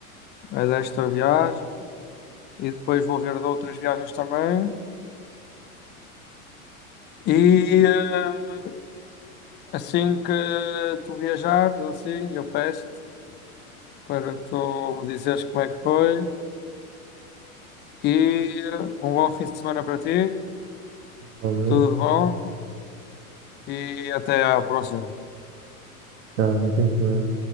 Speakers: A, on the left; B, on the right.
A: a desta viagem e depois vou ver de outras viagens também. E eh, assim que tu viajares, assim, eu peço-te para tu me dizeres como é que foi. E eh, um bom fim de semana para ti.
B: Normalmente,
A: Tudo de bom. E até a próxima.
B: já, bom fim de semana.